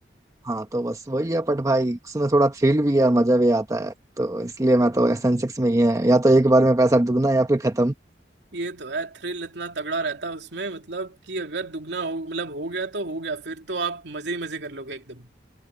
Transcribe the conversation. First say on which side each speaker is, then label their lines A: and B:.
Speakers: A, on the right; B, on the right.
A: हाँ तो बस वही है बट भाई उसमें थोड़ा थ्रिल भी है मजा भी आता है तो इसलिए मैं तो एस एन सिक्स में ही है या तो एक बार में पैसा दुगना या फिर खत्म
B: ये तो है थ्रिल इतना तगड़ा रहता है उसमें मतलब कि अगर दुगना हो मतलब हो गया तो हो गया फिर तो आप मजे ही मजे कर लोगे एकदम